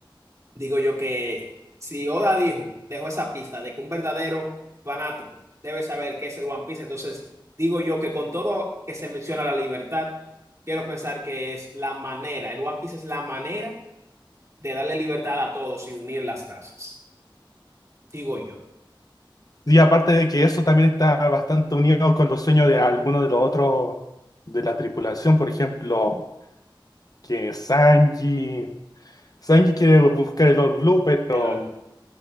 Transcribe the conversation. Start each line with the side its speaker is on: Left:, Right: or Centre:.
Right: digo yo que si Oda dijo, dejó esa pista de que un verdadero fanático debe saber qué es el One Piece, entonces digo yo que con todo que se menciona la libertad, quiero pensar que es la manera, el One Piece es la manera de darle libertad a todos y unir las razas, digo yo.
Left: Y aparte de que eso también está bastante unido con los sueños de algunos de los otros de la tripulación, por ejemplo, que Sanji. Sanji quiere buscar el All Blue, pero
Right: El,